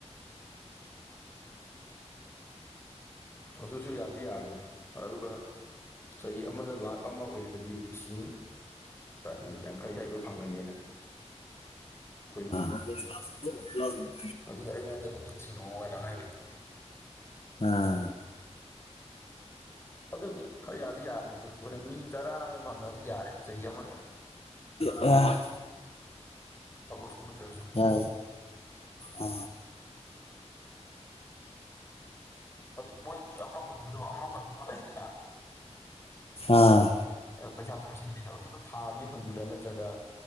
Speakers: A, on the left; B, on the left.
A: ꯑꯗꯨꯁꯨ ꯌꯥꯗꯤ ꯌꯥꯕꯅꯤ ꯑꯗꯨꯒ ꯆꯍꯤ ꯑꯃꯗ ꯂꯥꯛ ꯑꯃ ꯑꯣꯏꯔꯒꯗꯤ ꯂꯤꯁꯤꯡ ꯃꯣꯏ ꯌꯥꯡꯈꯩ ꯍꯥꯏꯕ ꯐꯪꯉꯅꯤꯅ ꯑꯩꯈꯣꯏꯅ
B: ꯂ <unintelligible> <unintelligible>
A: ꯑꯗꯨ ꯑꯩꯉꯣꯟꯗ ꯃꯤ ꯊꯤꯔꯛꯑꯣ ꯍꯥꯏꯅ ꯍꯥꯏꯔꯦ
B: ꯑꯥ
A: ꯑꯗꯨꯅ ꯈꯔ ꯌꯥꯗꯤ ꯌꯥꯕꯅꯦ ꯑꯗꯨ ꯑꯩꯈꯣꯏꯅ ꯃꯤ ꯇꯔꯥꯒ ꯐꯪꯉꯗꯤ ꯌꯥꯔꯦ ꯆꯍꯤ ꯑꯃꯗ
B: ꯑ
A: ꯊꯕꯛ ꯁꯨꯗ꯭ꯔꯁꯨ
B: ꯌꯥ ꯑ
A: ꯑꯗꯨ ꯃꯣꯏꯒꯤ ꯑꯃ ꯍꯨꯟꯕꯗꯣ ꯑꯃ ꯍꯨꯟꯕꯗꯣ ꯂꯩꯗꯅ
B: ꯑꯥ
A: ꯄꯩꯁꯥ ꯇꯝꯁꯤꯟꯕꯤꯗꯣ ꯑꯗꯨꯗ ꯊꯥꯒꯤ ꯍꯨꯟꯕ꯭ꯔꯥ ꯅꯠꯇ꯭ꯔꯒ